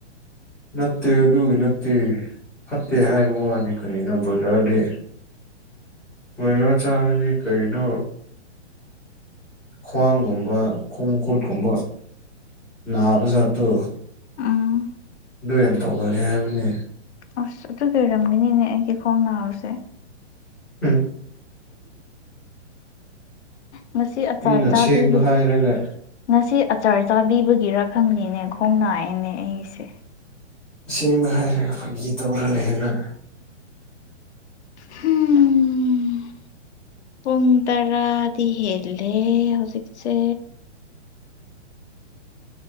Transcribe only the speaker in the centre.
ꯅꯠꯇꯦ ꯑꯗꯨꯒꯤ ꯅꯠꯇꯦ ꯐꯠꯇꯦ ꯍꯥꯏꯕ ꯋꯥꯅꯤ ꯀꯔꯤꯅꯣ ꯕꯣꯏꯂꯔꯗꯤ ꯀꯣꯏꯂꯔ ꯆꯥꯕꯗꯤ ꯀꯩꯅꯣ ꯈ꯭ꯋꯥꯡꯒꯨꯝꯕ ꯈꯣꯡꯈꯨꯠꯀꯨꯝꯕ ꯅꯥꯕꯖꯥꯇꯨ
ꯗꯨ ꯌꯥꯝ ꯇꯧꯒꯜꯂꯦ ꯍꯥꯏꯕꯅꯦ
ꯎꯝ
ꯃꯤꯅ
ꯁꯦꯡꯕ ꯍꯥꯏꯔꯒ
ꯁꯦꯡꯕ ꯍꯥꯏꯔꯒ ꯐꯥꯒꯤ ꯇꯧꯔ ꯂꯩꯌꯦꯅ